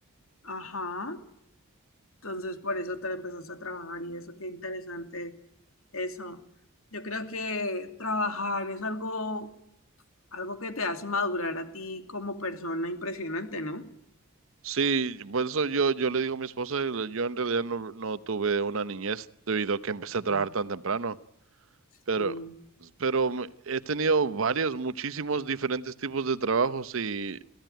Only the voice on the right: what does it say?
Sí, por eso yo, yo le digo a mi esposa, yo en realidad no, no tuve una niñez debido a que empecé a trabajar
tan temprano, pero,
pero me- he tenido varios, muchísimos diferentes tipos de trabajos y